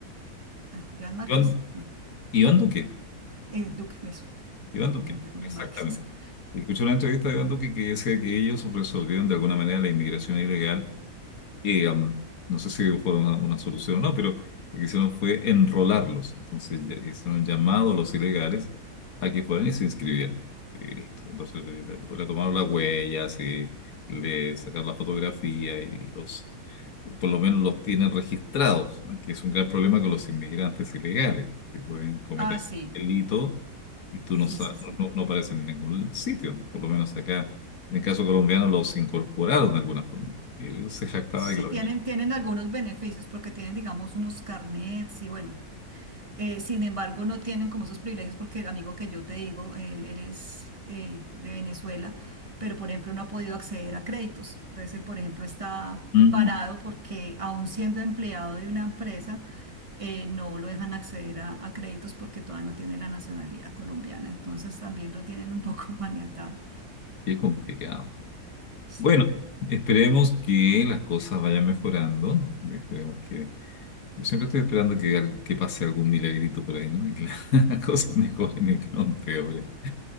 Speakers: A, on the right; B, on the left.
A: ay, Iván Márquez,
B: Iván,
A: no,
B: Iván Duque.
A: eh, Duque, eso,
B: Iván
A: lo
B: Duque,
A: confundí con
B: exactamente.
A: los Márquez. <laughs>
B: Escuché una entrevista de Iván Duque que decía que ellos resolvieron de alguna manera la inmigración ilegal. eh, um, no sé si fue una, una solución o no, pero lo que hicieron fue enrolarlos. Entonces ya- hicieron un llamado a los ilegales a que fueran y se inscribieran. Y listo. Entonces le, le- pues, le tomaron las huellas y le sacaron la fotografía y los, por lo menos los tienen registrados, ¿no? que es un gran problema con los inmigrantes ilegales, que pueden cometer
A: Ah, sí,
B: delito y tú
A: sí,
B: no, sa-
A: sí, sí.
B: no, no no aparecen en ningún sitio, por lo menos acá. En el caso colombiano los incorporaron de alguna forma. Él se jactaba
A: Sí,
B: de que los
A: tienen, tienen algunos beneficios porque tienen, digamos, unos carnets y bueno, Eh, sin embargo, no tienen como esos privilegios porque el amigo que yo te digo, él, él es eh, de Venezuela, pero por ejemplo no ha podido acceder a créditos. Entonces él, por ejemplo, está
B: Mm,
A: varado porque aún siendo empleado de una empresa, eh, no lo dejan acceder a, a créditos porque todavía no tiene la nacionalidad colombiana. Entonces también lo tienen un poco <laughs> maniatado.
B: qué complicado.
A: Sí,
B: Bueno, esperemos que las cosas vayan mejorando. Esperemos que. Yo siempre estoy esperando que, algo- que pase algún milagrito por ahí, ¿no? Y que las <laughs> las cosas mejoren <laughs> y que no empeoren.